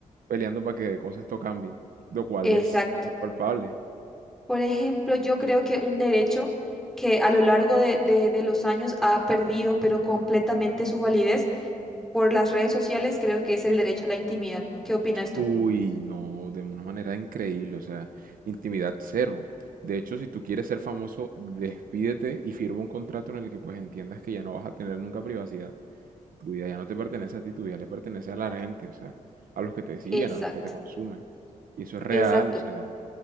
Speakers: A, on the right; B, in the centre.
A: peleando para que cosas esto cambie, lo cual
B: exacto.
A: es, es palpable.
B: Por ejemplo, yo creo que un derecho que a lo largo de, de, de los años ha perdido, pero completamente su validez por las redes sociales, creo que es el derecho a la intimidad. ¿Qué opinas tú?
A: Uy, no, de una manera increíble, o sea, intimidad cero. De hecho, si tú quieres ser famoso, despídete y firma un contrato en el que pues entiendas que ya no vas a tener nunca privacidad. Tu vida ya no te pertenece a ti, tu vida le pertenece a la gente, o sea, a los que te siguen,
B: Exacto,
A: a los que te consumen. Y eso es real,
B: exacto.
A: o sea,